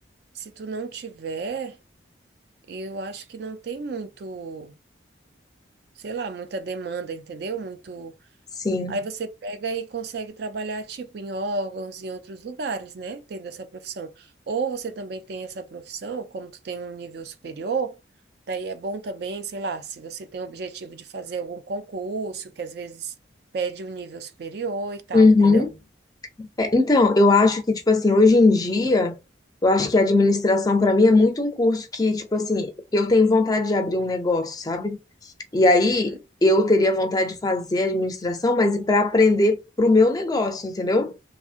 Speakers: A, on the right; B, on the left.
A: se tu não tiver, eu acho que não tem muito, sei lá, muita demanda, entendeu? Muito
B: sim.
A: Aí você pega e consegue trabalhar, tipo, em órgãos, em outros lugares, né? Tendo essa profissão. Ou você também tem essa profissão, como tu tem um nível superior, daí é bom também, sei lá, se você tem o objetivo de fazer algum concurso, que às vezes pede um nível superior e tal,
B: Uhum.
A: entendeu?
B: É, então, eu acho que, tipo assim, hoje em dia, eu acho que a administração, pra mim, é muito um curso que, tipo assim, eu tenho vontade de abrir um negócio, sabe? E aí
A: Uhum.
B: eu teria vontade de fazer administração, mas para aprender pro meu negócio, entendeu?